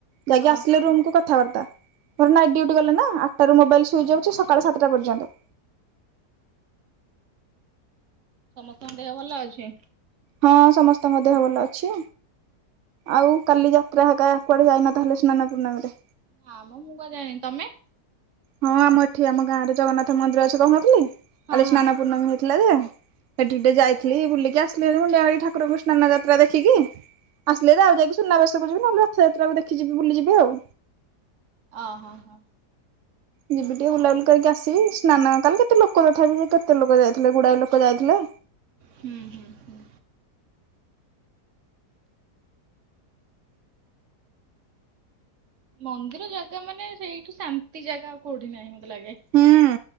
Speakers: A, on the right; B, on the right.
A: ଯାଇକି
B: ଓହୋ
A: ଆସିଲେ
B: ହୋ।
A: ରୁମକୁୁ କଥ କଥାବାର୍ତ୍ତାରେ ନାଇଟ୍ ଡୁଟି ଗଲେ ନା ଆଠଟାରୁ ମୋବାଇଲ୍ ସୁଇଚ୍ ଅଫ ଯେ ସକାଳ ସାତଟା ପର୍ଯ୍ୟନ୍ତ
B: ସମସ୍ତଙ୍କ ଦେହ ଭଲ ଅଛି?
A: ହଁ ସମସ୍ତଙ୍କ ଦେହ ଭଲ ଅଛି ଆଉ କାଲି ଯାତ୍ରା ହେ ଏକ କୁଆଡେ ଯାଇନ ତାହେଲେ ସ୍ନାନ ପୂର୍ଣ୍ଣମୀରେ
B: ହଁ ମ ମୁଁ କ ଯାଏ ତମେ
A: ହଁ ଆମ ଏଠି ଆମ ଗାଁ ରେ ଜଗନ୍ନାଥ ମନ୍ଦିର ଅଛି କହୁ ନଥିଲି କାଲି
B: ହଁ ହଁ
A: ସ୍ନାନ
B: ହଁ।
A: ପୂର୍ଣ୍ଣମୀ ହେଇଥିଲା ଯେ ସେଠିିକେ ଯାଇଥିଲି ବୁଲିକି ଆସିଲେ ମୁଣ୍ଡଆଳି ଠାର କୃଷ୍ଣାନ ଯାତ୍ରା ଦେଖିକି ଆସିଲେ ଆଉ ଯାଇକି ସୁନାବେସକୁ ଯିବ ନହେଲେ ରଥଯାତା ଦେଖି ଯିବି <unintelligible> ଯିବି ଆଉ
B: ଓ ହଁ ହଁ।
A: ଯିବି ଟିକେ ବୁଲାବୁଲି କରିକି ଆସିବି ସ୍ନାନ କାଲି କେତେ ଲୋକ ତଥାପି କେତେ ଲୋକ ଯାଇଥିଲେ ଗୁଡ଼ାଏ ଲୋକ ଯାଇଥିଲେ।
B: ହୁଁ ହୁଁ ହୁଁ। ମନ୍ଦିର ଜାଗା ମାନେ ସେଇଠୁ ଶାନ୍ତି ଜାଗା ଆଉ କୋଉଠି ନାହିଁ ମତେ ଲାଗେ।
A: ହୁଁ